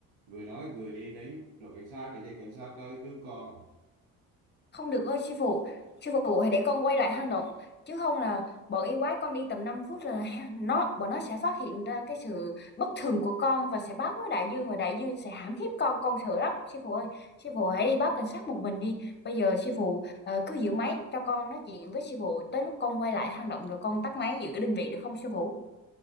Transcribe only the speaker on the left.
không được ơi sư phụ sư phụ hãy để con quay lại hang động chứ không là bọn yêu quái con đi tầm 5 phút là ha- nó bọn nó sẽ phát hiện ra cái sự bất thường của con và sẽ báo với đại dương và đại dương sẽ hãm hiếp con con sợ lắm sư phụ ơi sư phụ hãy đi báo cảnh sát một mình đi bây giờ sư phụ ờ, cứ giữ máy cho con nói chuyện với sư phụ tới lúc con quay lại hang động rồi con tắt máy giữ định vị được không sư phụ